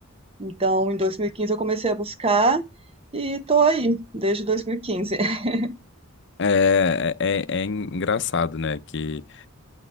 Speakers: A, on the right; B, on the left.
A: Então, em 2015 eu comecei a buscar e tô aí desde 2015. <laughs>
B: É, é, é engraçado, né? Que